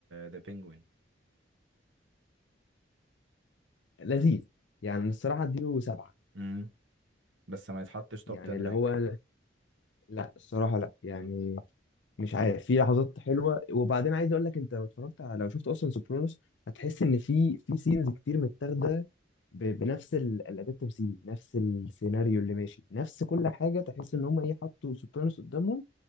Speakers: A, on the right; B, on the left.
A: ذا بينجوين
B: لذيذ يعني الصراحه اديله سبعه
A: امم بس ما يتحطش توب
B: يعني
A: 10
B: اللي
A: رانك
B: هو لا الصراحه لا يعني
A: بالظبط
B: مش عارف في لحظات حلوه وبعدين عايز اقول لك انت لو اتفرجت على لو شفت اصلا سوبرانوس هتحس ان في في سينز كتير متاخده ب- بنفس ال- الاداء التمثيلي نفس السيناريو اللي ماشي نفس كل حاجه تحس ان هم ايه حطوا سوبرانوس قدامهم